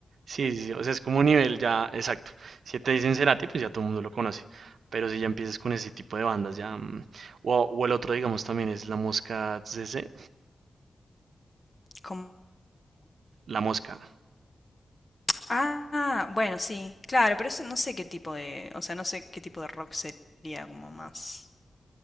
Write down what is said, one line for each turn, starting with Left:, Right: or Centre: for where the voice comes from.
Right: Sí, sí, sí. O sea, es como un nivel ya exacto. Si te dicen Cerati, pues ya todo el mundo lo conoce. Pero si ya empiezas con ese tipo de bandas, ya. mm, O, o el otro, digamos, también es La Mosca CC.
Left: ¿Cómo?
Right: La Mosca.
Left: Ah, bueno, sí. Claro, pero eso no sé qué tipo de, o sea, no sé qué tipo de rock sería como más,